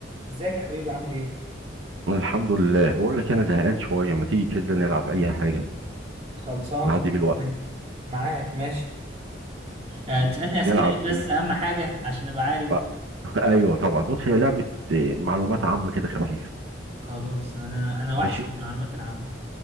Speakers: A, on the right; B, on the right.
A: ازيك يا حبيبي عامل ايه؟
B: الحمد لله بقول لك انا زهقان شويه ما تيجي كده نلعب اي حاجه
A: خلصان
B: نعدي بيه الوقت
A: معاك معاك، ماشي آه،
B: م-
A: تسألني أسئلة
B: نلعب
A: إيه
B: ايه
A: بس أهم حاجة عشان أبقى عارف
B: آه، <laughs> ايوه طبعا بص هي لعبه آه، معلومات عامه كده خفيفه
A: خلاص أنا أنا
B: ماشي
A: وحش من المعلومات العامة